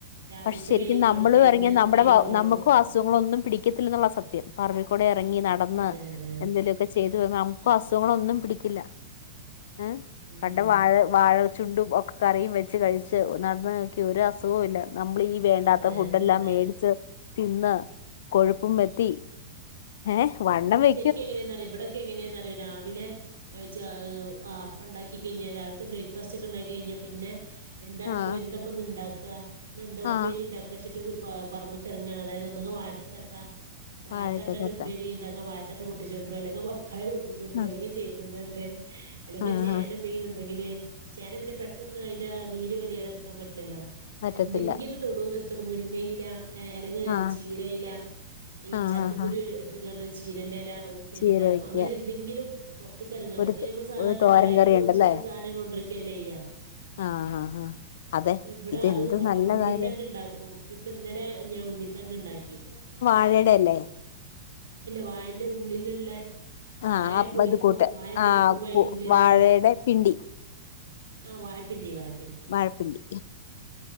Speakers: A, on the right; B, on the left.
A: രാവിലത്തെ
B: പക്ഷെ ശരിക്കും
A: വെയില് കൊള്ളണം
B: നമ്മള്
A: വൈകുന്നേരത്തെ
B: എറങ്ങിയാൽ നമ്മുടെ
A: വെയില് കൊള്ളണം
B: നമുക്കും അസുഖങ്ങളൊന്നും പിടിക്കത്തില്ല എന്നുള്ളതാ സത്യം പറമ്പിക്കൂടെ ഇറങ്ങി നടന്ന്
A: അതെ അതെ അതെ
B: എന്തെലുമൊക്കെ ചെയ്ത് വ നമുക്ക് അസുഖങ്ങളൊന്നും പിടിക്കില്ല ഉം
A: ഉം
B: കണ്ട വാഴ വാഴ ചുണ്ടും ഒക്കെ കറിയും വെച്ച് കഴിച്ച് നടന്ന് നോക്കി ഒരു അസുഖവും ഇല്ല നമ്മളീ വേണ്ടാത്ത
A: അതെ
B: ഫുഡ്
A: അതെ
B: എല്ലാം
A: അതെ
B: മേടിച്ച്
A: അതെ
B: തിന്ന് കൊഴുപ്പും പത്തി ഏഹ് വണ്ണം വെ
A: ക്കെങ്ങനെ ഇവിടെൊക്കെ എങ്ങനെയാന്നന്യോ രാവിലെ്പ്പ ഉണ്ടാക്കി കഴിഞ്ഞാ രാവിലത്തെ ബ്രേക്ക്ഫാസ്റ്റ് ഒക്കെ ഉണ്ടാക്കി ക പിന്നെ എന്താണ്
B: ആഹ്
A: ഇപ്പോ എന്താ ഇണ്ടാക്കുക എന്താ ഉപ്പേരി
B: ആഹ്
A: ഉണ്ടാക്കിട്ട് ച്ചട്ട് പ പറമ്പ്ക്ക് കെറങ്ങാണ് അതായത് ഒന്ന് വായക്കത്തട്ട വായത്തട്ടേന്റെ
B: വാഴക്ക തട്ടാ
A: ഉപ്പേരി ഉണ്ടാക്ക വ ത്തട്ട പൊിച്ചൊണ്ടരുോ അല്ലെങ്കി പപ്പായ പൊട്ടിച്ചൊണ്ടുവരും
B: ആഹ്
A: അല്ലെങ്കി പേമ്പുന്തണ്ട് അല്ലെങ്കിൽ
B: ആഹ്
A: ചേന
B: ആഹ്
A: എന്തെങ്കിലും ഉണ്ടെങ്കില് ചേന പിന്നെ പെട്ടന്ന് അതിന്റെ നീര് വലിയാതെടുക്കാൻ പറ്റില്ലല്ലോ
B: പറ്റത്തില്ല
A: എന്തെങ്കിലും തൊടൂന്ന് മുരിങ്ങയില അല്ലെങ്കി
B: ആഹ്
A: ചീര ഇല
B: ആഹ്
A: ചക്കക്കുരു
B: ആഹ് ആഹ്
A: ടണ്ട് ചീരന്റെല ഉപ്പേരി
B: ചീര
A: ഉണ്ടാക്കും
B: വെക്ക
A: അങ്ങനെ എന്തെങ്കിലും പൊറുത്ത്ക്ക്റങ്ങ
B: ഒരു
A: മറ്റേ നമ്മള് സാധാരണ
B: ഒരു തോരൻ
A: കടേക്ക്
B: കറി
A: വിളിച്ചിട്ട്
B: ഉണ്ടല്ലേ
A: സാധനം കൊണ്ടിരിക്കുകയല്ലേ ചെയ്യാ
B: ആഹ് ആഹ് ആഹ് അതെ
A: ഇവിടെ
B: ഇതെന്ത്
A: അത് കൊറവാണ്
B: നല്ല
A: ഉണ്ണിത്തണ്ട്
B: കാര്യം
A: ഉണ്ടാക്കും ഇപ്പൊ ഇന്നലെ ഞാൻ ഉണ്ണിത്തണ്ടുണ്ടാക്കി
B: വാഴടല്ലേ
A: വാഴൻ്റെ ഉള്ളിലുള്ള വായപ്പൊളിക്കും
B: ആഹ് അത് കൂട്ട്
A: വായപ്പൊളിക്കുമ്പോ
B: ആഹ്
A: അയിൻ്റെ ഉള്ളിലുള്ളേ
B: വാഴയുടെ പിണ്ടി
A: ആഹ് വായ്പിണ്ടി വായ
B: വഴപ്പിണ്ടി